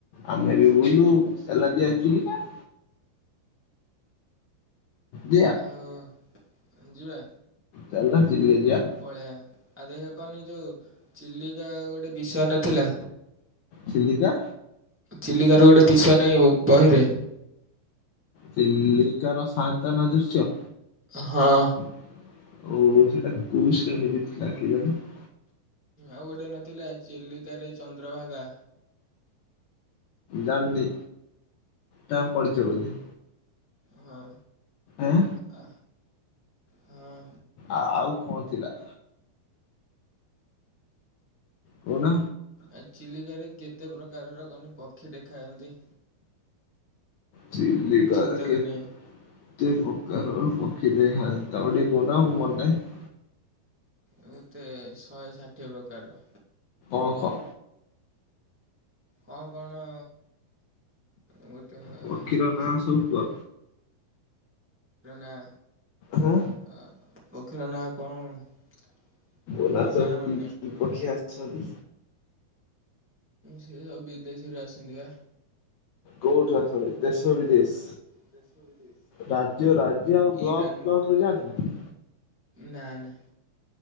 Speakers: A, on the left; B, in the centre.
A: ଆମେ ବି ବୁଲୁ, <unintelligible> ଦିଆ
B: ହଁ ଯିବା।
A: ଚାଲ ଚଲିକା ଯିବା।
B: ପଳେଇବା। ଆଉ ଦେଖିଆ କହନି ଯୋଉ ଚିଲିକା ଗୋଟେ ବିଷୟ ନଥିଲା?
A: ଚିଲିକା।
B: ଚିଲିକାରୁ ଗୋଟେ ବିଷୟ ନାହିଁ ବହିରେ।
A: ଚିଲିକାର ସାଆନ୍ତନ ଦୃଶ୍ୟ।
B: ହଁ
A: <unintelligible>
B: ଆଉ ଗୋଟେ ନଥିଲା ଚିଲିକାରେ ଚନ୍ଦ୍ରଭାଗା?
A: ଜାଣିିନି ତା ପଡିଚ ବୋଧେ?
B: ହଁ
A: ଆଁ
B: ଆ ହଁ
A: ଆ ଆଉ କଣ ଥିଲା? କହୁନ?
B: ଆ ଚିଲିକାରେ କେତେ ପ୍ରକାରର କନି ପକ୍ଷୀ ଦେଖାଯାଆନ୍ତି?
A: ଚିଲିକାରେ
B: ଶୀତ
A: କେ
B: ଦିନେ
A: କେତେପ୍ରକାର ପକ୍ଷୀ ଦେଖାଯାଆନ୍ତି ତାପରେ ଟିକେ କହୁନ ମୁଁ ମନେନାହିଁ।
B: କେତେ ଶହେ ଷାଠିଏ ପ୍ରକାରର।
A: ଓହୋ।
B: ଆଉ କଣ? ଗୋଟେ
A: ପକ୍ଷୀର ନାଁ
B: ପକ୍ଷୀର
A: ସବୁ କୁହ?
B: ନାଁ
A: ହୁଁ।
B: ଆ ପକ୍ଷୀର ନାଁ କଣ?
A: ସ
B: ମୋ ନାଁ ମନେ
A: କି କି ପକ୍ଷୀ ଆସୁଛନ୍ତି।
B: ସେ ସବୁ ବିଦେଶରୁ ଆସନ୍ତିବା
A: କୋଉଠୁ ଆସନ୍ତି ଦେଶ ବିଦେଶ?
B: <inaudible>
A: ରାଜ୍ୟ ରାଜ୍ୟ ଆଉ ବ୍ଲକ
B: ଇରାନରୁ
A: ବ୍ଲକରୁ ଯାଆନ୍ତି।
B: ନା ନା